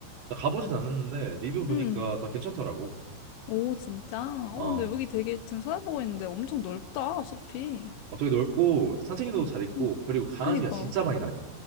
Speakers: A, on the right; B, on the left.
A: 나 가보진 않았는데 리뷰 보니까
B: 응.
A: 다 괜찮더라고.
B: 오, 진짜? 어,
A: 어,
B: 근데 여기 되게 지금 찾아보고 있는데 엄청 넓다, 숲이.
A: 어 되게 넓고 산책로도 잘 있고
B: 응.
A: 그리고 강아지가
B: 그니까.
A: 진짜 많이 다녀.